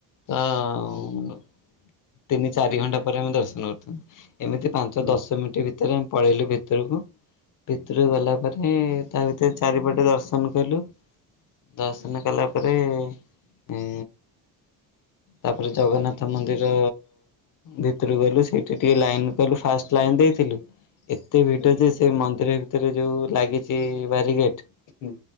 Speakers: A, on the left (about 50°); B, on the left (about 85°).
A: ତ
B: ହୁଁ
A: ଉଁ ତିନି ଚାରି ଘଣ୍ଟା ପରେ ଆମେ ଦର୍ଶନ କରିଥାଆନ୍ତୁ ଏମିତି ପାଞ୍ଚ
B: ହୁଁ
A: ଦଶ ମିନିଟ୍ ଭିତରେ ଆମେ ପଳେଇଲୁ ଭିତ୍ ଭିତୁରୁକୁ ଭିତୁରୁକୁ
B: ହୁଁ
A: ଗଲା ପରେ ତା ଭିତରେ ଚାରିପଟେ ଦର୍ଶନ କଲୁ। ଦର୍ଶନ
B: ହୁଁ
A: କଲା ପରେ ଏ ତାପରେ ଜଗନ୍ନାଥ ମନ୍ଦିର ଭିତରକୁ ଗଲୁ ସେଇଠି ଟିକେ ଲାଇନ କଲୁ ଫାଷ୍ଟ ଲାଇନ୍ ଦେଇଥିଲୁ ଏ ତେ ଭିଡ
B: ହୁଁ ହୁଁ
A: ଯେ ସେ ମନ୍ଦିର ଭିତରେ ଯୋଉ ଲାଗିଛି ବ୍ୟାରିଗେଟ୍
B: ହୁଁ